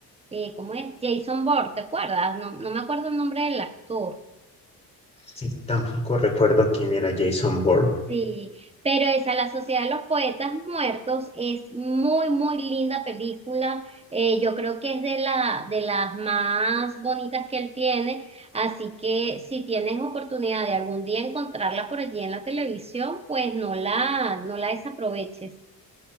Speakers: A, on the right (about 15°); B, on the left (about 15°).
A: eh, ¿cómo es? Jason Bourne, ¿te acuerdas? No, no me acuerdo el nombre del actor.
B: Sí, tampoco recuerdo quién era Jason Bourne.
A: Sí, pero esa, La Sociedad de los Poetas Muertos, es muy, muy linda película. Eh, yo creo que es de la, de las más bonitas que él tiene. Así que si tienes oportunidad de algún día encontrarla por allí en la televisión, pues no la, no la desaproveches.